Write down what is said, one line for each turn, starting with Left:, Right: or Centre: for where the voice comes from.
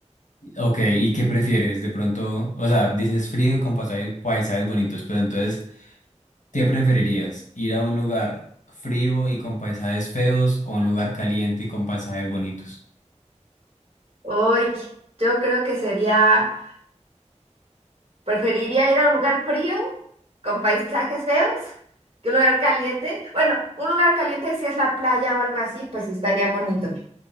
Left: Ok, ¿y qué prefieres? De pronto, o sea, dices frío y con pasajes- paisajes bonitos, pero entonces... ¿Qué preferirías? ¿Ir a un lugar frío y con paisajes feos o a un lugar caliente y con paisajes bonitos?
Right: Hoy, yo creo que sería Preferiría ir a un lugar frío con paisajes feos que un lugar caliente. Bueno, un lugar caliente si es la playa o algo así, pues estaría bonito.